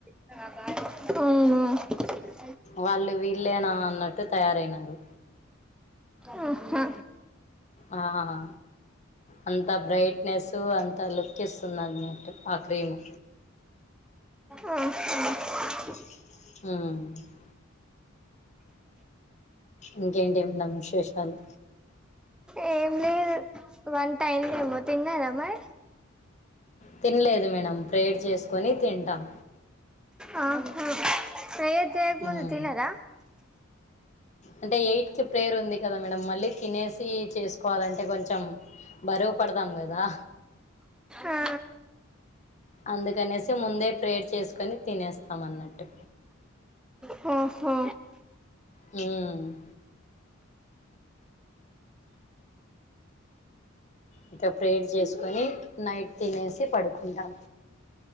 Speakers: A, in the centre; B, on the left (about 35°).
A: ఆ ఆ
B: వాళ్ళు వీళ్ళేనా అన్నట్టు తయారైనరు
A: అ హా
B: ఆ ఆ అంత బ్రైట్నెసూ అంత లుక్ ఇస్తున్నట్టు ఆ క్రీము
A: ఆ హ
B: మ్ ఇంకేంటేమ్నం విశేషాలు
A: ఏం లేదు వటైందేమో తిన్నరమరి
B: తిన్లేదు మేడం ప్రేయేర్ చేస్కొని తింటాం
A: ఆ హ ప్రేయేర్ చేయక్ ముందు
B: ఉమ్
A: తినరా
B: అంటే ఎయిట్కిి ప్రేయర్ ఉంది కదా మేడం మళ్ళీ తినేసి చేస్కోవాలంటే కొంచెం బరూ పడ్దాం గదా
A: ఆ
B: అందుకనేసి ముందే ప్రేయేర్ చేస్కొని తినేస్తాం అన్నట్టు
A: హో హో
B: మ్ ఇంకా ప్రేయర్ చేసుకొని నైట్ తినేసి పడుకుంటాం